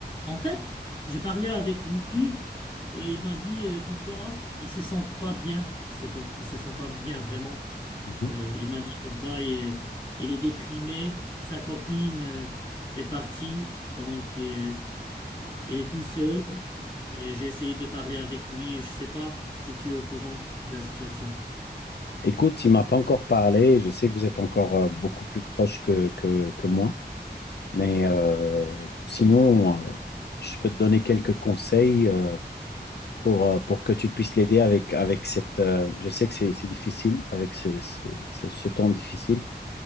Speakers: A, on the left; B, on the left.
A: En fait, j'ai parlé avec lui. euh, il m'a dit euh, comme quoi il se sent pas bien. Il se, il se sent pas bien vraiment.
B: Mhm.
A: Euh, il m'a dit comme quoi il, il est déprimé. Sa copine euh, est partie, donc euh, il est tout seul. Et j'ai essayé de parler avec lui. Je sais pas si tu es au courant de la situation.
B: Écoute, il m'a pas encore parlé. Je sais que vous êtes encore euh, beaucoup plus proche que, que, que moi. Mais euh, sinon, euh, je peux te donner quelques conseils euh, pour, euh, pour que tu puisses l'aider avec, avec cette... euh, je sais que c'est c'est difficile, avec ce, ce, ce- ce temps difficile.